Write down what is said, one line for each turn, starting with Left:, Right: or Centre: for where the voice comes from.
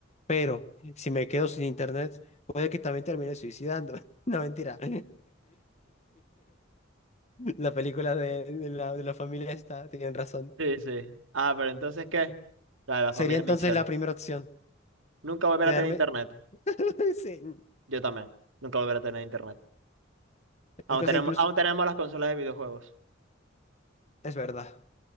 Left: Pero si me quedo sin internet, puede que también termine suicidándome. <laughs> No, mentira. <laughs> La película de, de la, de la familia está, tenían razón.
Right: Sí, sí. Ah, pero entonces, ¿qué? La, de la
Left: Sería
Right: familia
Left: entonces
Right: Mitchell.
Left: la primera opción.
Right: Nunca volverá
Left: Quedarme.
Right: a tener internet.
Left: <laughs> Sí.
Right: Yo también. Nunca volverá a tener internet. Aún
Left: Es cosa
Right: tenemos,
Left: incluso.
Right: aún tenemos las consolas de videojuegos.
Left: Es verdad.